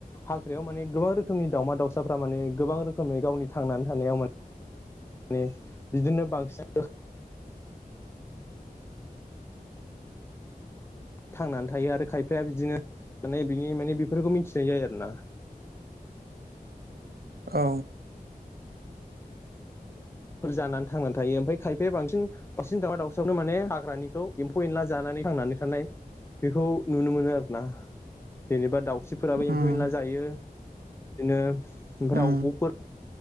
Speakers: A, on the left; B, on the right.
A: हाख्रिायाव माने गोबां रोखोमनि दावमा दाउसाफ्रा माने गोबां रोखोमै गावनि थांनानै थानायाव मान माने बिदिनो बांसिन थांनानै थायो आरो खायफाया बिदिनो माने बिनि माने बेफोरखौ मिथिनाय जायो आरो ना।
B: औ।
A: फोर जानानै थांनानै थायो ओमफ्राय खायफाया बांसिन बांसिन दावउा दाउसियावनो माने हाग्रानिखौ एम्फौ एनला जानानै थांनानै थानाय बेखौ नुनो मोनो आरो ना जेनेबा दाउस्रि फोराबो
B: उम
A: एम्फौ एनला जायो बिदिनो ओमफ्राय
B: उम
A: दावब'फोर